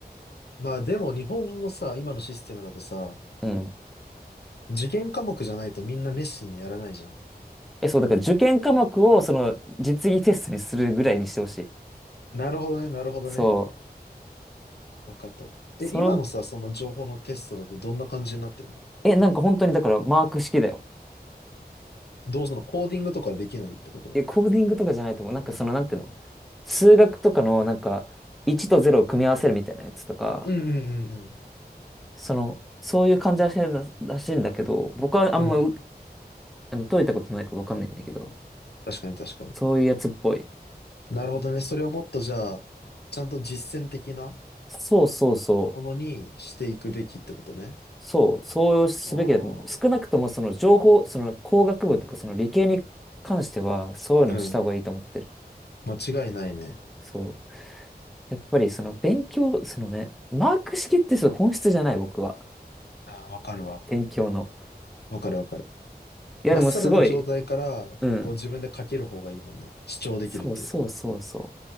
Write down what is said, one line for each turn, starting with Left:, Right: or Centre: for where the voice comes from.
Left: まあでも日本のさ、今のシステムだとさ、
Centre: うん。
Left: 受験科目じゃないとみんな熱心にやらないじゃん。
Centre: え、そう、だから受験科目を、その、実技テストにするぐらいにしてほしい。
Left: なるほどね、なるほどね。
Centre: そう。
Left: わかった。え、
Centre: その、
Left: 今のさ、その情報のテストだとどんな感じになってるの
Centre: え、なんか本当にだからマーク式だよ。
Left: どうそのコーディングとかできないってこと
Centre: え、コーディングとかじゃないと思う。なんかその、なんていうの数学とかの、なんか、1と0を組み合わせるみたいなやつとか、
Left: うんうんうん
Centre: その、そういう感じらしいらしいんだけど、僕はあんまう、
Left: うん。うん。
Centre: あの、解いたことないからわかんないんだけど、
Left: 確かに確かに。
Centre: そういうやつっぽい。
Left: なるほどね。それをもっとじゃあ、ちゃんと実践的な
Centre: そうそうそう。
Left: ものにしていくべきってことね。
Centre: そう、そうすべきだと思う。
Left: ああ。
Centre: 少なくともその情報、その工学部とかその理系に関しては、そういうのをした方がいいと思ってる。
Left: うん。間違いないね。
Centre: そう。やっぱりその勉強、そのね、マーク式ってそう本質じゃない、僕は。
Left: ああ、わかるわ。
Centre: 勉強の。
Left: わかるわかる。
Centre: いや、
Left: まっさらな状態から、
Centre: でもすごい、うん。
Left: こう自分で書ける方がいいもんね。主張できるっていうか。
Centre: そうそうそうそ